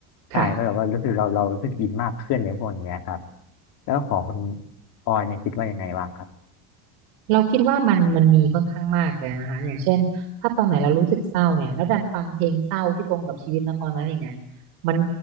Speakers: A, on the left; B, on the right.
A: ใช่ก็แบบว่ารู้สึกเราเรารู้สึกอินมากขึ้นในพวกเนี้ยครับ
B: ค่ะ
A: แล้วของคุณออยเนี่ยคิดว่ายังไงบ้างครับ
B: เราคิดว่ามันมันมีค่อนข้างมากเลยนะคะอย่างเช่นถ้าตอนไหนเรารู้สึกเศร้าเนี่ยแล้วดันฟังเพลงเศร้าที่ตรงกับชีวิตนะตอนนั้นอีกเนี่ยมัน